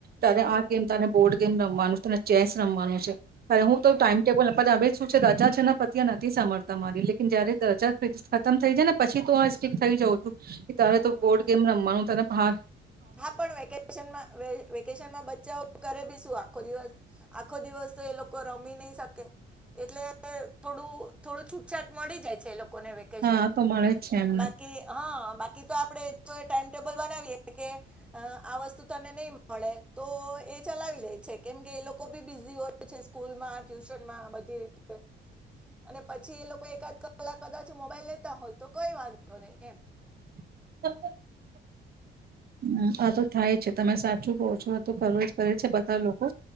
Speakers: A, on the right; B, in the centre.
A: તને
B: હમ
A: આ ગેમ તને બોર્ડ ગેમ રમવાનું છે ચેસ રમવાનું છે તરે હું તો
B: હમ
A: ટાઈમ ટેબલ અ આવે છું રાજા જનક પત્યા નથી સાભળતા મારી લેકન જયારે દજા ફ્રીજ ખતમ થઈ જાય ને પછી તો સ્ટીિક થઈ જઉું છું તારે તો
B: હમ
A: બોર્ડ ગેમ રમવાનું તને હા.
B: હા પણ વેકેશનમાં વેકેશન માં બચ્ચાઓ કરે બી શું આખો દિવસ આખો દિવસ તો એ લોકો રમી નહી શકે એટલે થોડું થોડું છૂટછાટ મળી જાય છે એ લોકો વેકેશન
A: હા તો
B: માં
A: મળે જ છે એમને
B: બાકી હ. બાકી તો આપડે જો ટાઈમ ટેબલ બનાવીએ કે આ વસ્તુ તને નહી મળે તો એ ચલાવી લે છે કેમકે એ લોકો ભી બીઝી હોય છે સ્કૂલમાં ટ્યુશનમાં બધી રીતે અને પછી એ લોકો એકાદ કલાક કદાચ મોબાઈલ હોય તો કોઈ વાંધો નહીં એમ
A: <inaudible> હમ. <unintelligible> થાય છે તમે સાચું કહો છો તો કરવો જ કરે છે બતાવ લોકો